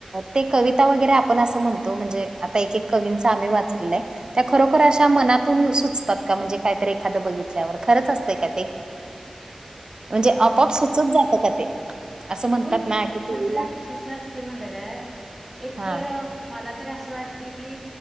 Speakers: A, on the right; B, in the centre.
A: ते कविता वगैरे आपण असं म्हणतो म्हणजे आता एक एक कवींच आम्ही वाचलेलंय. त्या खरोखर अशा मनातून सुचतात का म्हणजे काहीतरी एखादं बघितल्यावर खरंच असतंय का ते? म्हणजे
B: अ
A: आपोआप सुचत जात का ते? असं म्हणतात
B: होय,
A: ना
B: ते
A: की टीव्हीला
B: म्हणजे कसं असते माहिती आहे का एकतर..
A: हा
B: मला तरी असं वाटते की